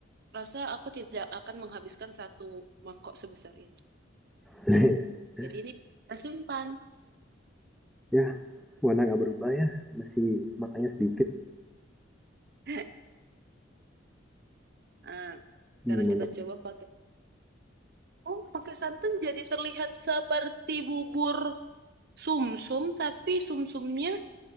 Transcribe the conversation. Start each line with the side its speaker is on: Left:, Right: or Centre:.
Right: rasa aku tidak akan menghabiskan satu mangkok sebesar ini.
Centre: <laughs> Iya.
Right: Jadi ini kita simpan.
Centre: ya warna nggak berubah ya, masih makanya sedikit,
Right: <laughs> Nah, sekarang
Centre: mie mantap.
Right: kita coba pakai. Oh, pakai santan jadi terlihat seperti bubur sumsum, tapi sumsumnya